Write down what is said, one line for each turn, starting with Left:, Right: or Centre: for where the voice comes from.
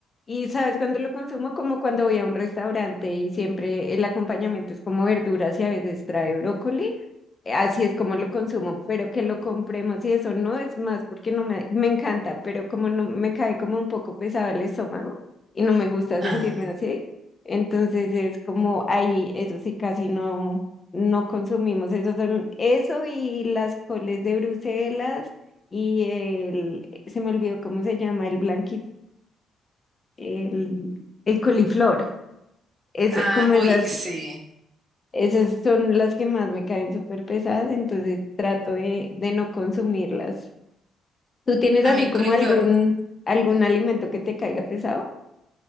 Left: Y sabes, cuando lo consumo, como cuando voy a un restaurante y siempre el acompañamiento es como verduras y a veces trae brócoli. Así es como lo consumo, pero que lo compremos y eso no es más porque no me, me encanta, pero como no me cae como un poco pesado el estómago y no me gusta
Right: Ah,
Left: sentirme así, entonces es como ahí, eso sí, casi no, no consumimos. Eso son, eso y las coles de Bruselas y el, se me olvidó cómo se llama, el blanquito, el, el coliflor. Es
Right: ah,
Left: como
Right: uy,
Left: esas
Right: sí.
Left: esas son las que más me caen súper pesadas, entonces trato de, de no consumirlas. ¿Tú tienes
Right: A
Left: así
Right: mí el
Left: como
Right: coliflor
Left: algún, algún alimento que te caiga pesado?